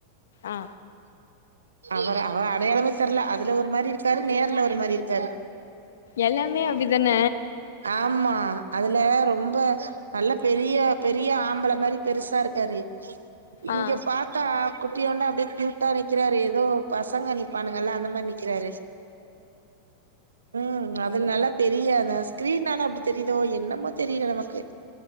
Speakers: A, on the left (about 60°); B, on the right (about 75°).
A: ஆ
B: அவர் அவர் அடையாளமே தெர்ல அதுல ஒரு மாரி இருக்காரு நேர்ல ஒரு மாரி இருக்காரு
A: எல்லாமே அப்டிதான
B: ஆமா அதுல ரொம்ப நல்லா பெரிய பெரிய ஆம்பள மாரி பெருசா இருக்காரு இங்க
A: ஆ
B: பாத்தா குட்டியோண்டா அப்டியே க்யூட்டா நிக்குறாரு ஏதோ பசங்க நி நிப்பானுங்கல்ல அந்த மாரி நிக்குறாரு ம் அது நல்லா பெரிய அத ஸ்கிரீன்னான அப்டி தெரியுதோ என்னமோ தெரில நமக்கு